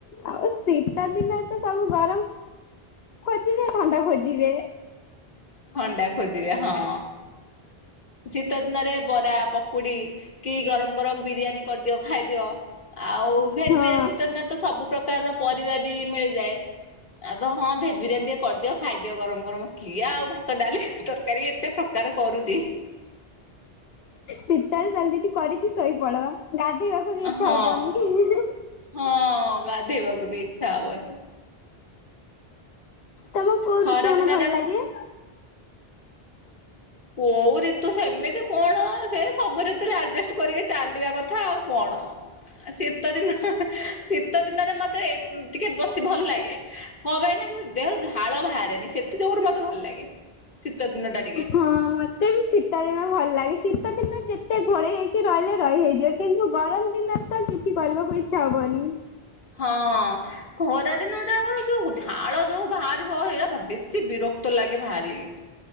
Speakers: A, on the left; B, on the left.
A: ଆଉ ଶୀତ ଦିନ ତ ସବୁ ଗରମ। ଖୋଜିବେ ଥଣ୍ଡା ଖୋଜିବେ।
B: ଥଣ୍ଡା ଖୋଜିବେ ହଁ। ଶୀତ ଦିନରେ ବରା ପକୁଡି କି ଗରମ ଗରମ ବିରିୟାନୀ କରିଦିଅ। ଖାଇଦିଅ ଆଉ ଭେଜ
A: ହଁ
B: ବିରିୟାନ ଶୀତ ଦିନ ତ ସବୁ ପ୍ରକାରର ପରିବା ବି ମିଳିଯାଏ। ଆଉ ତ ହଁ ଭେଜ ବିରିୟାନୀ ଟିକେ କରିଦିଅ ଖାଇଦିଅ ଗରମ ଗରମ କିଏ ଆଉ ଭାତ ଡାଲି ତୋର କାରୀ ଏତେ ପ୍ରକାର କରୁଛି।
A: ଶୀତ ଚାଲଦଛି କରିକି ଶୋଇପଲେଇବ। ଗାଧୋଇବାକୁ ବି ଇଚ୍ଛା
B: ହଁ
A: ହବନି।
B: ହଁ ଗାଧେଇବାକୁ ବି ଇଛି ହବନି।
A: ତମକୁ କୋଉ
B: ଖରା
A: ଋତୁ ମାନେ
B: ଦିନରେ
A: ଭଲ ଲାଗେ?
B: କୋଉ ଋତୁ ସେମିତି କଣ ସେ ସବୁ ଋତୁରେ ଆଜେଷ୍ଟ୍ କରିକି ଚାଲିବା କଥା ଆଉ କଣ? ଶୀତ ଦିନ ଶୀତ ଦିନରେ ମତେ ଏଇ ଟିକେ ବସି ଭଲ ଲାଗେ। କଣ ପାଇଁ ନା ଯୋଉ ଦେହରୁ ଝାଳ ବାହାରେନି ସେଥି ଯୋଗୁରୁ ମତେ ଭଲ ଲାଗେ। ଶୀତ ଦିନଟା।
A: ହଁ ମତେ ବି ଶୀତ ଦିନ ଭଲ ଲାଗେ ଶୀତ ଦିନ ଯେତେ ଘୋଡେଇ ହେଇକି ରହିଲେ ରହି ହେଇଯିବ। କିନ୍ତୁ ଗରମ ଦିନରେ ତ କିଛି କରିବାକୁ ଇଚ୍ଛା ହବନି।
B: ହଁ ଖରା ଦିନ ଟା କଣ ଯଉ ଝାଳ ଯୋଉ ବାହାରିବ ଏଇଟା ବେଶୀ ବିରକ୍ତ ଲାଗେ ଭାରି।